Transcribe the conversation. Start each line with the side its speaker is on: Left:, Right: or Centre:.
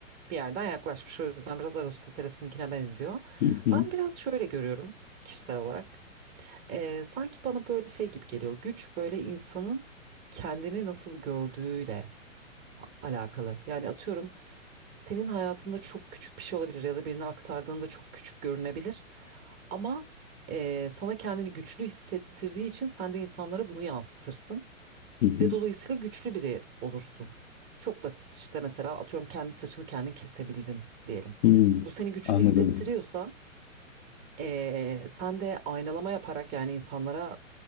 Right: bir yerden yaklaşmış. O yüzden biraz Aristoteles'inkine benziyor.
Left: hı hı,
Right: Ben biraz şöyle görüyorum kişisel olarak. E, sanki bana böyle şey gibi geliyor. Güç böyle insanın kendini nasıl gördüğüyle alakalı. Yani atıyorum senin hayatında çok küçük bir şey olabilir ya da birine aktardığında çok küçük görünebilir. Ama eee, sana kendini güçlü hissettirdiği için sen de insanlara bunu yansıtırsın
Left: hı
Right: ve dolayısıyla güçlü biri olursun. Çok basit işte mesela atıyorum kendi saçını kendin kesebildin diyelim.
Left: hı, hı.
Right: Bu seni güçlü
Left: Anladım.
Right: hissettiriyorsa eee, sen de aynalama yaparak yani insanlara